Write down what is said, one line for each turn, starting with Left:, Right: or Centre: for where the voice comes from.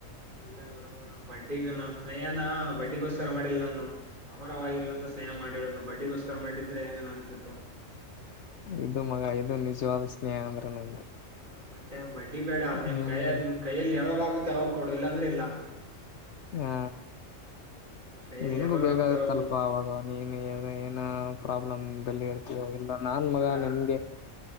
Right: ಇಲ್ಲ ಗುರು ಬಡ್ಡಿಗ ನ ಸ್ನೇಹನ ಬಡ್ಡಿಗೋಸ್ಕರ ಮಾಡಿಲ್ಲ ನಾನು ಅಮರವಾಗಿರ್ಲ ಎ ಸೇಹ ಮಾಡಿರೋದು ಬಡ್ಡಿಗೋಸ್ಕರ ಮಾಡಿದ್ರೆ ಹೆಂಗನ್ ಆಗ್ತಿತ್ತು.
Left: ಇದು ಮಗ ಇದು ನಿಜವಾದ ಸ್ನೇಹ ಅಂದ್ರ ನಂದು.
Right: ಹ ಮತ್ತೆ ಬಡ್ಡಿ ಬೇಡ ನಿನ್
Left: ಹ್ಮ್
Right: ಕಯ ನಿನ್ ಕೈಯಲ್ಲಿ ಯಾವಾಗ ಆಗುತ್ತೆ ಯಾವಾಗ ಕೊಡು ಇಲ್ಲಾಂದ್ರೆ ಇಲ್ಲ.
Left: ಹಾ
Right: ಹ ನಿನ್ ಕೈಯಲ್ಲಿ
Left: ನಿನ್ಗೂ
Right: ಯಾವಾಗ
Left: ಬೇಗಾಗತ್ತಲ್ಪ
Right: ಆಗುತ್ತ ಅವಾಗ ದುಡ್ಡು ಕೊಡು
Left: ಅವಾಗ ಅವಾಗ್. ನೀನು ಏನ ಪ್ರಾಬ್ಲಮ್ದಲ್ಲಿ ಇರ್ತೀರೋ ಇಲ್ಲ. ನಾನ್
Right: ಇವಾಗ
Left: ಮಗ ನಿನ್ಗೆ